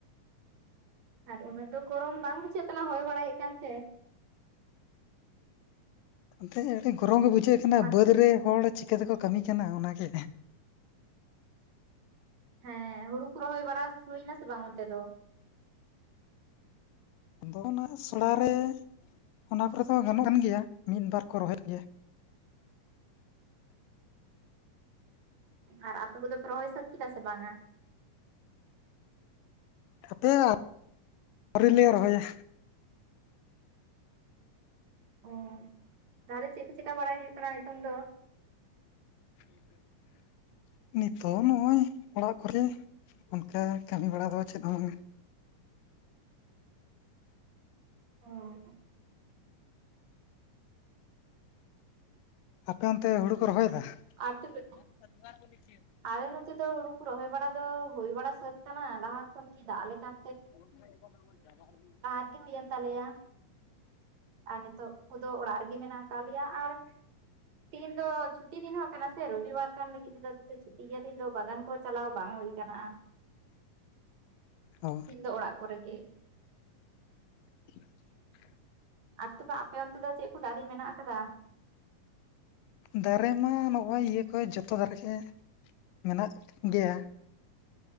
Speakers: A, on the right; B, on the left.
A: ᱟᱨ ᱩᱱᱟᱹᱜ ᱫᱚ ᱜᱚᱨᱚᱢ ᱵᱟᱝ ᱵᱩᱡᱷᱟᱹᱜ ᱠᱟᱱᱟ ᱦᱚᱭ ᱵᱟᱲᱟᱭᱮᱫ ᱠᱟᱱ ᱛᱮ᱾
B: ᱱᱚᱛᱮ ᱟᱹᱰᱤ ᱜᱚᱨᱚᱢ ᱜᱮ ᱵᱩᱡᱷᱟᱹᱜ ᱠᱟᱱᱟ
A: ᱟᱨ
B: ᱵᱟᱹᱫᱽ ᱨᱮ ᱦᱚᱲ ᱪᱤᱠᱟᱹ ᱛᱮᱠᱚ ᱠᱟᱹᱢᱤ ᱠᱟᱱᱟ ᱚᱱᱟᱜᱮ᱾
A: ᱦᱮᱸ ᱦᱩᱲᱩ ᱠᱚ ᱨᱚᱦᱚᱭ ᱵᱟᱲᱟ ᱦᱩᱭ ᱱᱟ ᱥᱮ ᱵᱟᱝ ᱚᱱᱛᱮ ᱫᱚ
B: ᱟᱫᱚ ᱚᱱᱟ ᱥᱚᱲᱟ ᱨᱮ ᱚᱱᱟ ᱠᱚᱨᱮ ᱫᱚ ᱜᱟᱱᱚᱜ ᱠᱟᱱ ᱜᱮᱭᱟ ᱢᱤᱫ ᱵᱟᱨ ᱠᱚ ᱨᱚᱦᱚᱭᱮᱫ ᱜᱮᱭᱟ
A: ᱟᱨ ᱟᱯᱮ ᱠᱚᱫᱚ ᱯᱮ ᱨᱚᱦᱚᱭ ᱥᱟᱹᱛ ᱠᱮᱫᱟ ᱥᱮ ᱵᱟᱝ-ᱟ
B: ᱟᱯᱮ <inaudible> ᱟᱹᱣᱨᱤᱞᱮ ᱨᱚᱦᱚᱭᱟ
A: ᱚ ᱛᱟᱦᱚᱞᱮ ᱪᱮᱫ ᱠᱚ ᱪᱮᱠᱟ ᱵᱟᱲᱟᱭ ᱦᱩᱭᱩᱜ ᱠᱟᱱᱟ ᱱᱤᱛᱚᱝ ᱫᱚ
B: <unintelligible> ᱱᱤᱛᱚᱜ ᱱᱚᱜᱼᱚᱭ ᱚᱲᱟᱜ ᱠᱚᱨᱮ ᱚᱱᱠᱟ ᱠᱟᱹᱢᱤ ᱵᱟᱲᱟ ᱫᱚ ᱪᱮᱫ ᱦᱚᱸ
A: ᱚ
B: ᱟᱯᱮ ᱚᱱᱛᱮ ᱦᱩᱲᱩ ᱠᱚ ᱨᱚᱦᱚᱭᱮᱫᱟ
A: ᱟᱨ ᱛᱤᱱᱟᱹᱜ ᱴᱟ
B: <unintelligible>
A: ᱟᱞᱮ ᱱᱚᱛᱮ ᱫᱚ ᱦᱳᱲᱩ ᱠᱚ ᱨᱚᱦᱚᱭ ᱵᱟᱲᱟ ᱫᱚ ᱦᱩᱭ ᱵᱟᱲᱟ ᱥᱟᱹᱛ ᱟᱠᱟᱱᱟ ᱞᱟᱦᱟ ᱠᱷᱚᱱᱜᱤ ᱫᱟᱜ ᱞᱮᱠᱟᱱ
B: <unintelligible>
A: ᱨᱮᱜᱮ ᱦᱩᱭᱮᱱ ᱛᱟᱞᱮᱭᱟ ᱟᱨ ᱱᱤᱛᱚᱜ ᱠᱚ ᱫᱚ ᱚᱲᱟᱜ ᱨᱮᱜᱮ ᱢᱮᱱᱟᱜ <unintelligible> ᱟᱨ ᱛᱤᱦᱤᱧ ᱫᱚ ᱪᱷᱩᱴᱤ ᱫᱤᱱ ᱦᱚᱸ ᱠᱟᱱᱟ ᱥᱮ ᱨᱚᱵᱤᱵᱟᱨ ᱠᱟᱱ ᱞᱟᱹᱜᱤᱫ ᱛᱮᱫᱚ <unintelligible> ᱫᱤᱱ ᱫᱚ ᱵᱟᱜᱟᱱ ᱠᱚ ᱪᱟᱞᱟᱣ ᱵᱟᱝ ᱦᱩᱭ ᱠᱟᱱᱟ
B: <unintelligible>
A: ᱤᱧ ᱫᱚ ᱚᱲᱟ ᱠᱚᱨᱮ ᱜᱮ
B: <unintelligible>
A: ᱟᱨ ᱛᱚᱵᱮ ᱟᱯᱮ ᱚᱱᱛᱮ ᱫᱚ ᱪᱮᱫ ᱠᱚ ᱫᱟᱨᱮ ᱢᱮᱱᱟᱜ ᱟᱠᱟᱫᱟ
B: ᱫᱟᱨᱮ ᱢᱟ ᱱᱚᱜᱼᱚᱭ ᱤᱭᱟᱹ ᱠᱚ ᱡᱚᱛᱚ ᱫᱟᱨᱮᱜᱮ ᱢᱮᱱᱟᱜ ᱜᱮᱭᱟ